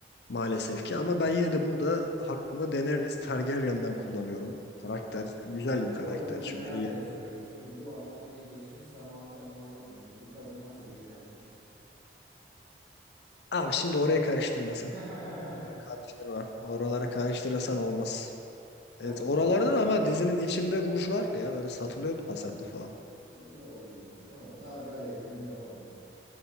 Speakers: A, on the left; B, on the right.
A: Maalesef ki ama ben yine de burada hakkımı Daenerys Targaryen'dan kullanıyorum. Karakter güzel
B: Abi
A: bir
B: bu
A: karakter
B: arada bir meraken
A: çünkü iyi.
B: soruyorum. Şimdi bu hani geçmiş zamanı falan anlatmıyorum. Bu kadın nasıl ruj yapmış?
A: Abi şimdi oraya karıştırmasan.
B: <laughs>
A: Oraya karıştırma. Oralara karıştırırsan olmaz.
B: Tamam
A: Evet, oralardan
B: o zaman.
A: ama dizinin içinde ruj var ya böyle satılıyordu pazarda falan.
B: Allah Allah. Tamam Targaryen'den devam ettik.